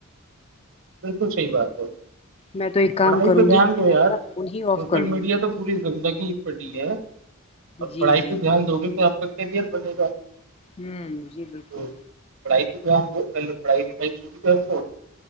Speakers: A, on the right (about 60°); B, on the left (about 25°).
A: بالکل صحیح بات تو
B: میں تو ایک کام
A: پڑھائی
B: کروں
A: پہ دھیان
B: گی کہ
A: جو
B: میں
A: یار
B: اپنا فون ہی
A: سوشل
B: آف کر دوں
A: میڈیا
B: گی
A: تو پوری زندگی ہی پڑی ہے اور
B: جی
A: پڑھائی
B: جی
A: پہ دھیان دو گے تو آپ کا کیریئر بنے گا
B: ہوں جی بالکل
A: تو پڑھائی تو کیا ہم ہو پلے پڑھائی لکھائی کی بھی کر ل ہو <unintelligible>